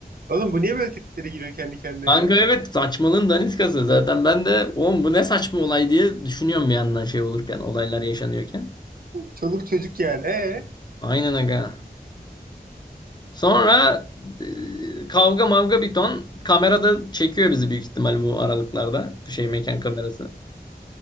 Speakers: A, on the right; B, on the left.
A: oğlum bu niye böyle triplere giriyor kendi kendine
B: Kanka
A: ya?
B: evet saçmalığın daniskası zaten ben de oğlum bu ne saçma olay diye düşünüyorum bir yandan şey olurken olaylar yaşanıyorken.
A: Çoluk çocuk yani. E
B: Aynen aga. Sonra e, kavga mavga bir ton kamerada çekiyor bizi büyük ihtimal bu aralıklarda bir şey mekan kamerası.